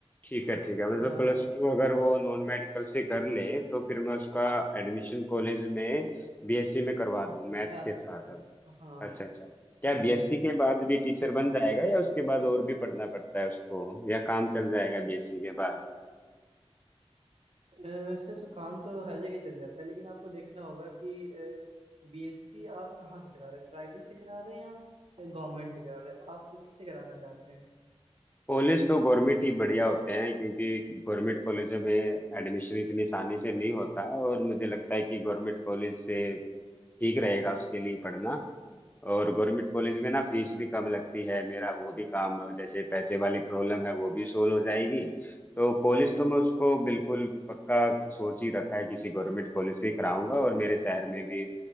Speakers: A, on the left (about 15°); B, on the right (about 70°).
A: ठीक है ठीक है मतलब
B: हाँ
A: प्लस
B: हाँ
A: टू अगर वो नॉन मेडिकल से कर ले तो फिर मैं उसका एडमिशन कॉलेज में बीएससी में करवा दूँ मैथ्स
B: करा
A: के
B: सकते
A: साथ
B: हैं हाँ
A: अच्छा अच्छा क्या बीएससी
B: जी
A: के बाद भी टीचर बन जाएगा या उसके बाद और भी पढ़ना पड़ता है उसको या काम चल जाएगा बीएससी के बाद
B: अ, वैसे तो काम तो हर जगह चल जाता है लेकिन आपको देखना होगा कि बीएससी आप कहाँ से करा रहे हैं प्राइवेट से करा रहे हैं या गवर्नमेंट से करा रहे हैं आप किससे कराना चाहते हैं
A: कॉलेज तो गवर्नमेंट ही बढ़िया होते हैं क्योंकि गवर्नमेंट कॉलेजों में एडमिशन इतनी आसानी से नहीं होता और मुझे लगता है कि गवर्नमेंट कॉलेज से ठीक रहेगा उसके लिए पढ़ना और गवर्नमेंट कॉलेज में ना फीस भी कम लगती है मेरा वो भी काम जैसे पैसे वाली प्रॉब्लम है वो भी सोल्व हो जाएगी तो कॉलेज तो मैं उसको बिल्कुल पक्का सोच ही रखा है किसी गवर्नमेंट कॉलेज से ही कराऊंगा और मेरे शहर में भी